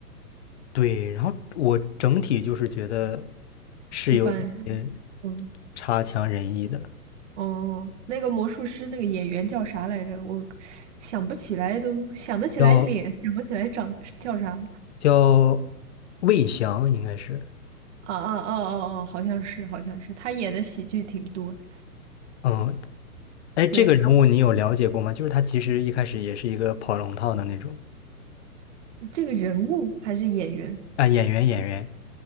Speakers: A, on the left; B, on the right.
A: 对，然后我整体就是觉得是有一些
B: 一般嗯。
A: 差强人意的，
B: 哦，那个魔术师那个演员叫啥来着？我想不起来都，想得起来脸，
A: 叫
B: 想不起来长叫啥。
A: 叫魏翔应该是，
B: 啊啊哦哦哦，好像是，好像是，他演的喜剧挺多的。
A: 嗯，哎，这个人物你有了解过吗？
B: 对，
A: 就是他其实一开始也是一个跑龙套的那种
B: 这个人物还是演员？
A: 啊，演员演员。